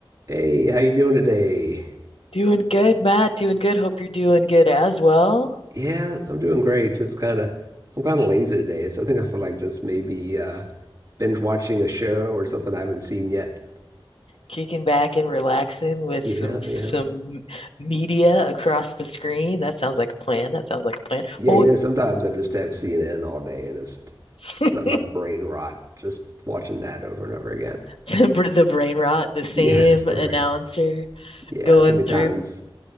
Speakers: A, on the right; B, on the left.
A: Hey, how you doing today?
B: Doing good, Matt. Doing good. Hope you're doing good as well.
A: Yeah, I'm doing great. Just kind of, I'm kind of lazy today, so I think I feel like just maybe uh, binge watching a show or something I haven't seen yet.
B: Kicking back and relaxing with
A: Yeah,
B: some some
A: yeah,
B: media across the screen. That sounds like a plan. That sounds like a plan.
A: yeah.
B: What
A: You
B: would
A: know, sometimes I just have CNN all day and just
B: <laughs>
A: let my brain rot, just watching that over and over again.
B: the, br- the brain
A: But
B: rot, the same
A: yeah, just the
B: announcer
A: brain. Yeah,
B: going
A: so many
B: through.
A: times,